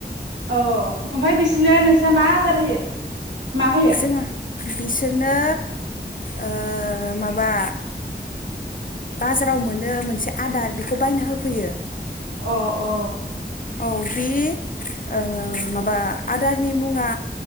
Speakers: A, on the right; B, on the left.
A: अ ओमफाय बिसिनो नोंसा मा आदार होयो? मा होयो?
B: जोंहा बिसोरनो ओ माबा बाजाराव मोनो मोनसे आदार बेखौ बायना होफैयो।
A: अ अ
B: औ बे ओ माबा आदारनि मुङा